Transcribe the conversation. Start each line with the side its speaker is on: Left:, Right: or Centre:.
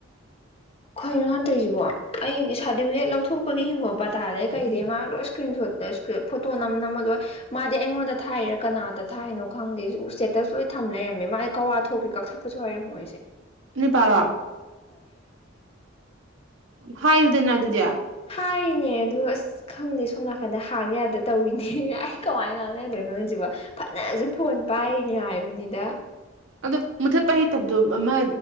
Left: ꯀꯩꯅꯣ ꯃꯥ ꯇꯩꯖꯤꯕꯣ ꯑꯩ ꯁꯥꯔꯇꯤꯐꯤꯀꯦꯠ ꯂꯧꯊꯣꯛꯄꯒꯤ ꯍꯤꯡꯒꯣꯟ ꯄꯇꯥꯗꯩ ꯀꯩꯗꯩ ꯃꯥ ꯂꯣꯏ ꯏꯁꯀ꯭ꯔꯤꯟ ꯁꯣꯠ <unintelligible> ꯐꯣꯇꯣ ꯅꯝ ꯅꯝꯃ ꯂꯣꯏ ꯃꯥꯗꯤ ꯑꯩꯉꯣꯟꯗ ꯊꯥꯏꯔ ꯀꯅꯥꯗ ꯊꯥꯏꯅꯣ ꯈꯪꯗꯦ ꯏꯁꯇꯦꯇꯁ ꯂꯣꯏ ꯊꯝ ꯂꯩꯔꯝꯃꯦ ꯃꯥ ꯑꯩ ꯀꯋꯥ ꯊꯣꯛꯈꯤ ꯀꯛꯊꯠ ꯄꯁꯨ ꯍꯩꯔꯝꯃꯣꯏ ꯑꯁꯦ
Right: ꯅꯣꯏ ꯕꯥꯔꯣ ꯍꯥꯏꯌꯨꯗꯅ ꯑꯗꯨꯗꯤ
Left: ꯍꯥꯏꯔꯤꯅꯦ ꯑꯗꯨ ꯑꯁ ꯈꯪꯗꯦ ꯁꯣꯝ ꯅꯥꯀꯟꯗ ꯍꯥꯡ ꯌꯥꯗ ꯇꯧꯔꯤꯅꯤ ꯑꯩ ꯀꯃꯥꯏꯅ ꯉꯥꯡꯅꯗꯣꯏꯅꯣ ꯑꯁꯤꯕꯣ ꯐꯅꯖꯨ ꯐꯣꯟ ꯄꯥꯏꯔꯤꯅꯤ ꯍꯥꯏꯕꯅꯤꯗ
Right: ꯑꯗꯣ ꯃꯨꯠꯊꯠꯄ ꯍꯩꯇꯕꯗꯣ ꯑꯃ